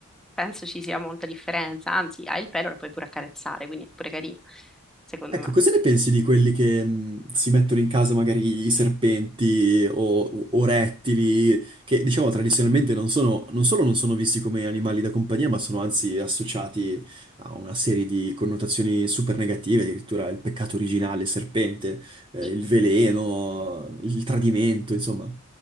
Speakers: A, in the centre; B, on the right (about 20°).
A: penso ci sia molta differenza, anzi, hai il pelo, la puoi pure accarezzare, quindi è pure carina, secondo
B: Ecco,
A: me.
B: cosa ne pensi di quelli che mh, si mettono in casa magari i serpenti o, o rettili, che diciamo tradizionalmente non sono, non solo non sono visti come animali da compagnia, ma sono anzi associati a una serie di connotazioni super negative, addirittura il peccato originale, il serpente, eh,
A: Sì,
B: il veleno, il tradimento, insomma.